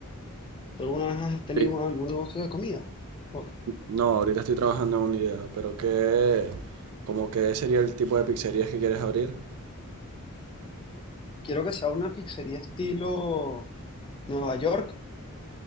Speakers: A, on the left; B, on the right.
A: tú alguna vez has tenido
B: Sí.
A: algún negocio de comida? O-
B: No, ahorita estoy trabajando en una idea, pero ¿qué, como qué sería el tipo de pizzerías que quieres abrir?
A: quiero que sea una pizzería estilo Nueva York